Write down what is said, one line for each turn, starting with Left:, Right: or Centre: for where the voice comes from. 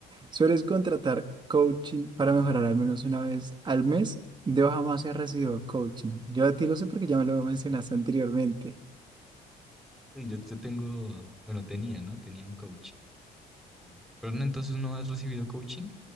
Right: ¿Sueles contratar coaching para mejorar al menos una vez al mes? Yo jamás he recibido coaching. Yo a ti lo sé porque ya me lo mencionaste anteriormente.
Centre: Sí, yo, yo tengo, bueno, tenía, ¿no? Tenía un coach. Eh, pero no, entonces no has recibido coaching.